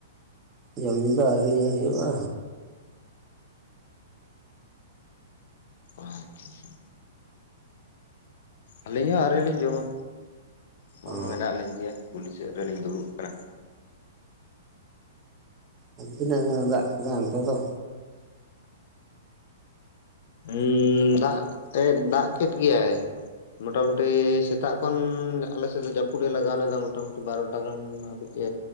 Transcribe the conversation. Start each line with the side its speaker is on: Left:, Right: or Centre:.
Right: ᱡᱚᱢ ᱧᱩ ᱫᱚ ᱟᱹᱣᱨᱤ ᱦᱩᱭᱩᱜᱼᱟ
Left: ᱟᱪᱪᱷᱟᱷᱟ ᱟᱹᱞᱤᱧ ᱦᱚᱸ ᱟᱹᱣᱨᱤ ᱞᱤᱧ ᱡᱚᱢᱟ ᱦᱸᱚᱭ
Right: ᱚ
Left: ᱢᱮᱱᱟᱜ ᱞᱤᱧ ᱜᱮᱭᱟ ᱠᱩᱞᱦᱤ ᱥᱮᱫ ᱨᱮᱞᱤᱧ ᱫᱩᱲᱩᱵ ᱠᱟᱱᱟ
Right: ᱟᱨ ᱛᱤᱱᱟᱹᱜ ᱜᱟᱱᱮ ᱫᱟᱜ ᱠᱮᱫᱟ ᱚᱱᱛᱮ ᱫᱚ
Left: ᱦᱩᱸ ᱫᱟᱜ ᱛᱮᱫ ᱫᱟᱜ ᱠᱮᱫ ᱜᱮᱭᱟᱭ ᱢᱚᱴᱟᱢᱩᱴᱤ ᱥᱮᱛᱟᱜ ᱠᱷᱚᱱ ᱟᱞᱮ ᱥᱮᱫ ᱫᱚ ᱡᱟᱹᱯᱩᱫ ᱮ ᱞᱟᱜᱟᱣ ᱞᱮᱫᱟ ᱢᱚᱴᱟᱢᱩᱴᱤ ᱵᱟᱨᱚᱴᱟ ᱜᱟᱱ ᱦᱟᱹᱵᱤᱡ ᱮ